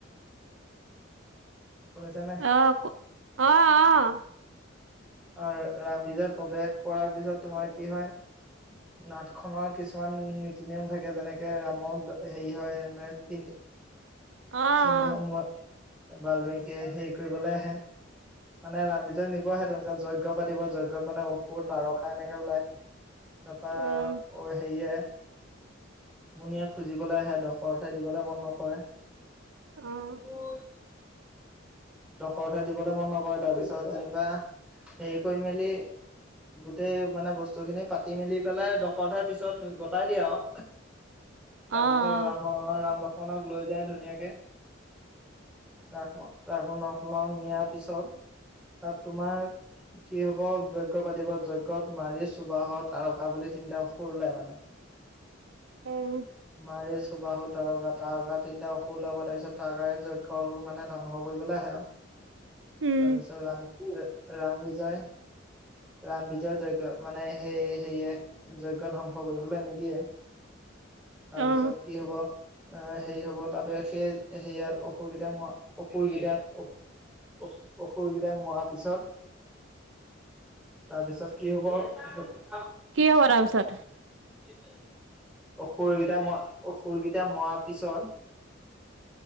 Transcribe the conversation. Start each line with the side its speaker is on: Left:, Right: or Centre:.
Right: <unintelligible>
Centre: শুনিছানে
Right: আহ অঁ অঁ
Centre: অ ৰামবিজয়ৰ প্ৰৱেশ কৰাৰ পিছত তোমাৰ কি হয় নাট খনৰ কিছুমান নীতি নিয়ম থাকে যেনেকে ৰামক হেৰি হয়
Right: <unintelligible> অ',
Centre: সিন্ধ সমত বাল্মীকি য়ে হেৰি কৰিবলৈ আহে মানে ৰামবিজয়ক্ নিব আহে তেওঁলোকে যজ্ঞ পাতিব যজ্ঞত মানে অসুৰ তাৰকা এনেকে ওলায় তাৰপৰা
Right: উম,
Centre: সেয়ে মুনিয়ে খুজিবলৈ আহে দখৰতে দিবলে মন নকৰে।
Right: অ',
Centre: গই। দখ উথে দিবলৈ মন নকৰে তাৰপিছত যেনিবা হে কৰি মেলি। গোটেই মানে বস্তু খিনি পাতি মেলি পেলাই দশধাৰ পিছত গোটাই দিয়ে আও।
Right: <unintelligible> অ',
Centre: তাৰপিছত ৰাম ৰাম লক্ষ। লক্ষ্মণক লৈ যায় ধুনীয়াকে ৰ। ৰাঘ নখল নিয়াৰ পিছত তাত তোমাৰ। কি হব যজ্ঞ পাতিব যজ্ঞত মাৰি চুবাহত আৰু অকা বুলি তিনিটা সুৰলে মানে।
Right: অহ
Centre: মাৰি চুবাহু তাৰকা তাৰকা তিনটা অসখ ওলাব তাৰ পিত তকাৰে যজ্ঞু মানে ধ্বং। স কৰিবলৈ আহে আৰু
Right: উম,
Centre: তাৰপিছত ৰাম ৰাম বিজয়। ৰাম বিজয় যজ্ঞ মানে সেই সেয়ে যজ্ঞ ধ্বংস কৰিবলৈ নিদিয়ে।
Right: <unintelligible>
Centre: তাৰপিছত
Right: অ',
Centre: কি হব অ হেৰি হব তাৰাপি সেই হেয়াৰ অসুৰ কেইটা ম। অসুৰ কেইটাক অ অ অসুৰ কেইটাক মাৰ পিছত। তাৰপিছত কি হ'ব।
Right: কি হব তাৰ পিছত।
Centre: সেইটাল অসুৰকেইটা ম অসুৰকেইটা মৰাৰ পিছত।